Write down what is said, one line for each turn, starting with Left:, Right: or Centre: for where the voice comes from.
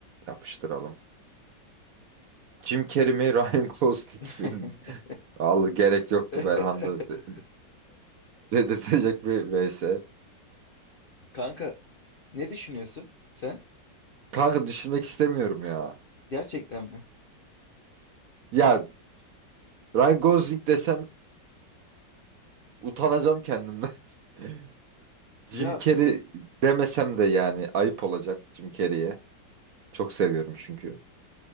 Right: yapıştıralım. Jim Carrey mi <laughs> Ryan Gosling
Left: <laughs>
Right: mi? <laughs> Al gerek yoktu
Left: <laughs>
Right: Belhanda de- dedirtecek bir vs.
Left: Kanka ne düşünüyorsun sen?
Right: Kanka düşünmek istemiyorum ya.
Left: Gerçekten mi?
Right: Ya Ryan Gosling desem utanacağım kendimden. <laughs> Jim
Left: Ya
Right: Carrey demesem de yani ayıp olacak Jim Carrey'e. Çok seviyorum çünkü.